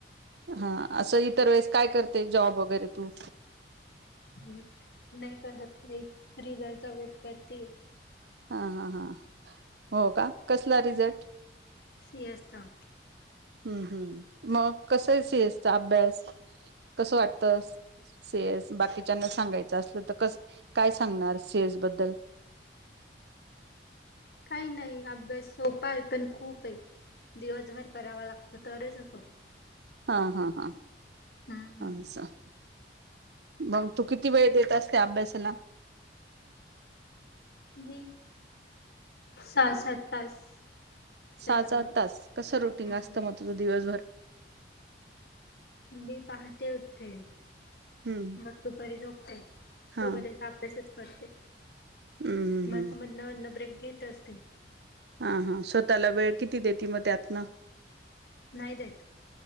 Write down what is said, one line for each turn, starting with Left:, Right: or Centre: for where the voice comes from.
Right: हां असं इतरवेळेस काय करते, जॉब वगैरे तू?
Left: ह्म, नही करत, एक रिझलचा वेट करतिये.
Right: हां हां हां, हो का? कसला रिझल्ट?
Left: सी एस चा <unintelligible>
Right: हम्म हम्म, म कस ये सी एस चा अभ्यास, कसं वाटत? सी एस, बाकीच्यांना सांगायचं असलं, तर कस काय सांगणार, सी एस बद्दल?
Left: काही नाही अभ्यास सोपा ये, पण खूप ये. दिवसभर करावा लागतो, तरच होतो.
Right: हां हां हां,
Left: हम्म.
Right: असं. मंग, तू किती वेळ देत असते, अभ्यासाला?
Left: मी, सहा सात तास.
Right: सहा
Left: त्याच्यावर
Right: सात तास, कसं रुटीन
Left: हम्म.
Right: असतं, मग तुझं दिवसभर?
Left: मी पाहते उठतेे,
Right: हम्म
Left: मग दुपारी झोपते,
Right: हा
Left: तो
Right: हम्म
Left: पर्यंत अभ्यास च करते,
Right: हम्म
Left: मध
Right: हम्म
Left: न मध ब्रेक घेत असते.
Right: हां हां, स्वतःला वेळ किती देती म त्यातन?
Left: नाही देत.